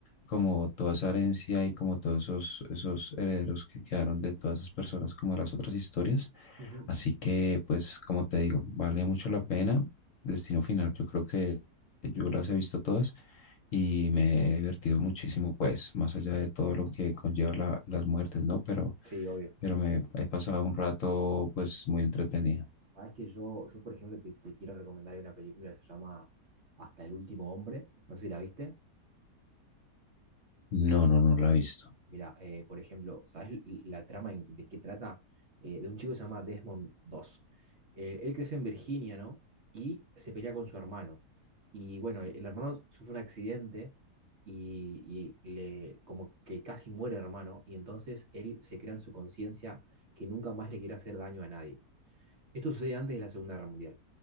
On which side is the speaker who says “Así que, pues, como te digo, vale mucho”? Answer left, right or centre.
Left